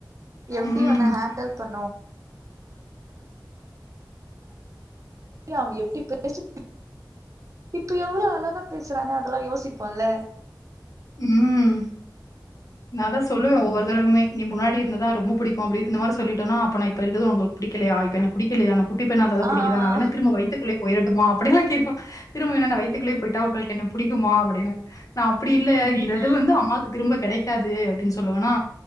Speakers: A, on the right; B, on the left.
A: எப்படி
B: ம்.
A: இவன ஹேண்டல் பண்ண <inaudible> <inaudible> அவன் எப்படி பேசி இப்ப எவ்வளவு அழகா பேசுறானே அதெல்லாம் யோசிப்போம்ல
B: உம் நான் தான் சொல்லுவேன் ஒவ்வொரு தடவுமே நீ முன்னாடி இருந்ததா ரொம்ப பிடிக்கும் அப்படி இந்த மாதிரி சொல்லிட்டம்னா அப்பப்ப நான் இருக்கு உங்களுக்கு பிடிலையா இப்ப என் படிக்கலையா குட்டி பையனா இருந்தா தான்
A: ஆ
B: புடிக்குதா
A: ஆ
B: நான் வேணா திரும்ப உங்க வய்த்துக்கொள்ள போயட்டுமா அப்படியெல்லாம் கேட்பான் திரும்ப வத்துக்குள்ளே போய்ட்டா உங்களுக்கு பிடிக்குமா அப்படின்னு நான் அப்படி இல்ல
A: ஆ ம்
B: இந்த இது வந்து அம்மாக்கு திரும்ப கிடைக்காது அப்படின்னு சொல்லுவனா